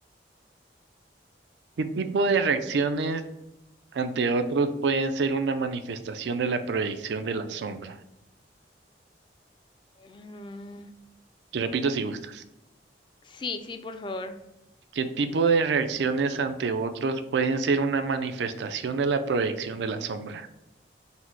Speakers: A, on the right; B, on the left.
A: ¿Qué tipo de reacciones ante otros pueden ser una manifestación de la proyección de la sombra?
B: mm,
A: Te repito si gustas.
B: Sí, sí, por favor.
A: ¿Qué tipo de reacciones ante otros pueden ser una manifestación de la proyección de la sombra?